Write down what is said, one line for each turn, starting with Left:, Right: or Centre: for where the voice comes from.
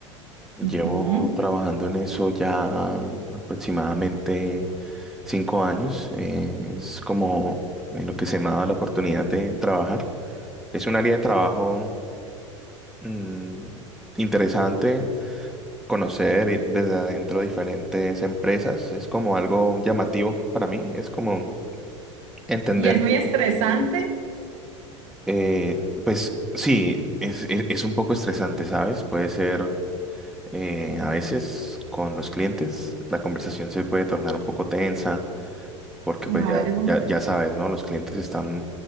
Centre: Llevo
Right: Ujú.
Centre: trabajando en eso ya aproximadamente cinco años. eh, es como en lo que se me ha dado la oportunidad de trabajar. Es un área de trabajo mm, interesante, conocer eh, desde adentro diferentes empresas. Es como algo llamativo para mí. Es como entender
Right: Y es muy
Centre: que,
Right: estresante.
Centre: eh, pues sí, es, es es un poco estresante, ¿sabes? Puede ser Eh, a veces con los clientes la conversación se puede tornar un poco tensa porque
Right: Claro.
Centre: pues ya, ya, ya sabes, ¿no? Los clientes están